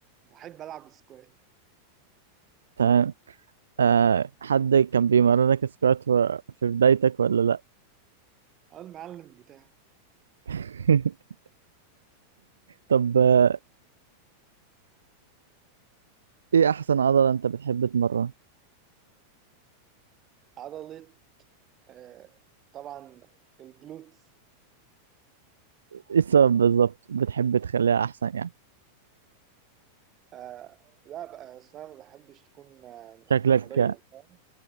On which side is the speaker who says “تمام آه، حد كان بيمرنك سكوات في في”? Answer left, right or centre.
Right